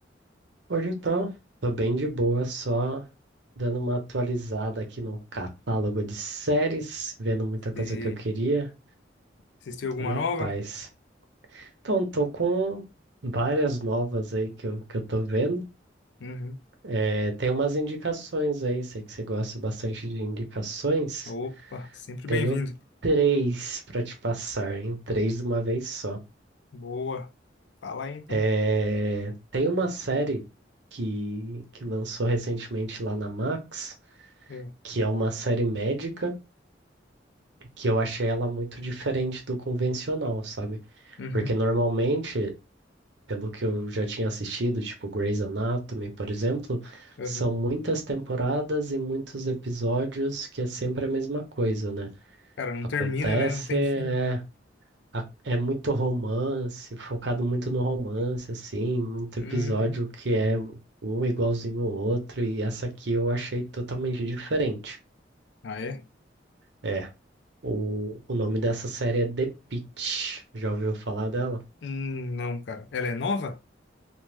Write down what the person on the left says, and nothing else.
Você
assistiu alguma
nova?
Uhum.
Opa, sempre
bem-vindo.
Boa. Fala aí, então.
Eu-
Uhum.
Uhum.
Cara, não
termina, né? Não tem
fim.
Uhum.
Ah, é?
Hum, não, cara. Ela é nova?